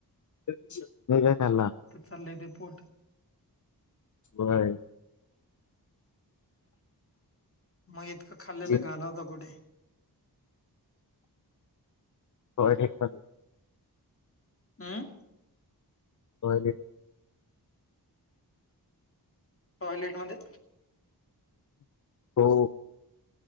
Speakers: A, on the left; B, on the left.
A: तुम्हीं कायं खांल्ला
B: चालले ते पोट
A: होयं
B: मंग इतकं खांल्लेला
A: जिम
B: घालवंता कुंठे
A: ऑडिट पणं
B: हम्मं
A: बोलडिड
B: टॉयलेट मध्यें
A: हो